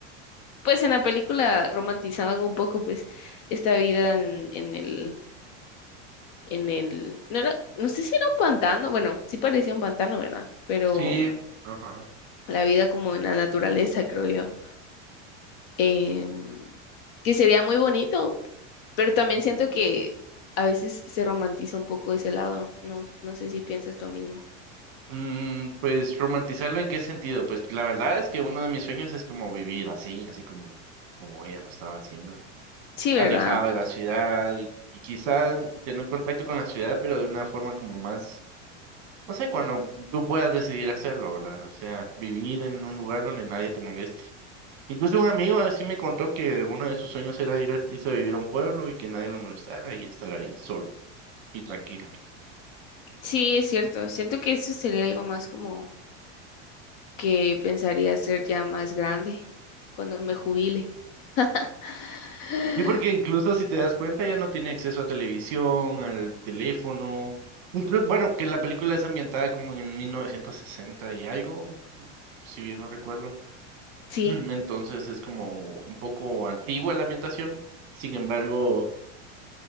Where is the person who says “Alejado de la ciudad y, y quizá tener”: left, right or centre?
Right